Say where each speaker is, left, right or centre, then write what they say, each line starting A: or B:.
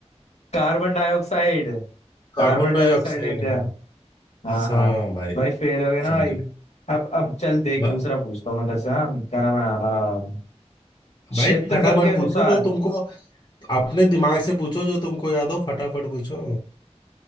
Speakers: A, on the left; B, on the left.
A: Carbon dioxide
B: Carbon
A: कार्बन
B: dioxide
A: डाइऑक्साइड लेते हैं
B: हाँ
A: हाँ हाँ
B: हाँ भाई
A: भाई फेल हो गया ना
B: सॉरी
A: भाई अब अब चल देख
B: बा,
A: दूसरा पूछता हूँ मदरसे हाँ, क्या नाम है हाँ, क्षेत्रफल
B: भाई फटाफट
A: के अनुसार
B: पूछो जो तुमको अपने दिमाग से पूछो जो तुमको याद हो फटाफट पूछो